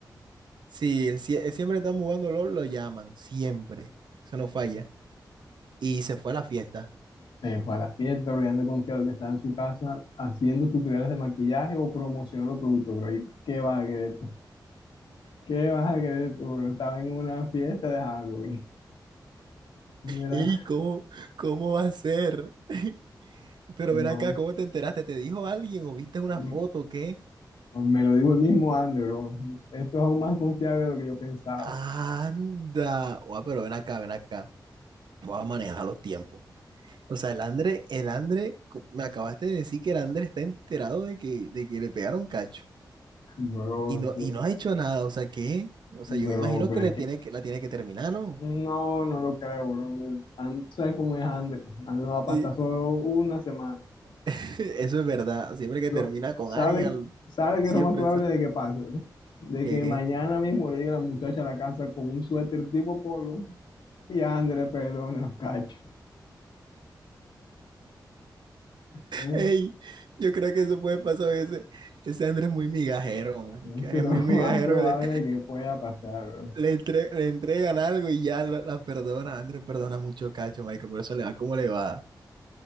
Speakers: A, on the right; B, on the left.
A: sí. él sie- él siempre están jugando LOL, lo llaman. Siempre. Eso no falla. Y se fue a la fiesta.
B: Se fue a la fiesta, bro, y anda confiado que estaba en su casa haciendo tutoriales de maquillaje o promocionando productos, bro. ¿Y qué vas a querer tú? ¿Qué vas a querer tú, bro? Estaba en una fiesta de Halloween. Mira,
A: ¿Y cómo, cómo va a ser? <laughs> Pero
B: no,
A: ven acá, ¿cómo te enteraste? ¿Te dijo alguien o viste una
B: m-
A: foto o qué?
B: me lo digo el mismo Andy, bro. Esto es aún más confiable de lo que yo pensaba,
A: Anda. Guau, pero ven acá, ven acá. Voy a manejar los tiempos. O sea, el André, el André, co- me acabaste de decir que el André está enterado de que, de que le pegaron cacho.
B: <laughs> bro.
A: Y no,
B: eso-
A: y no ha hecho nada, o sea, ¿qué? O sea,
B: bro,
A: yo me imagino
B: pero
A: que le
B: es que
A: tiene que, la tiene que terminar, ¿no?
B: no, no lo creo, bro. And, ¿sabes cómo es Andrew? Andrew va a pasar
A: Sí,
B: solo una semana.
A: <laughs> Eso es verdad. Siempre que
B: Lo,
A: termina con
B: sabe,
A: alguien, al-
B: sabe que
A: siempre
B: es lo más probable
A: sale.
B: de que pase, bro. De
A: ¿Qué,
B: que
A: qué?
B: mañana mismo le llegue la muchacha a la casa con un suéter tipo polo y Andrew le perdone los cachos. Es,
A: Ey, yo creo que eso puede pasar a veces. Ese Andrés es muy migajero, marica.
B: eso
A: Es
B: es lo
A: muy
B: <laughs>
A: migajero.
B: más probable
A: Le,
B: que pueda pasar, bro.
A: le, entre- le entregan algo y ya lo- la perdona. Andrés perdona mucho cacho, marica. Por eso le va como le va.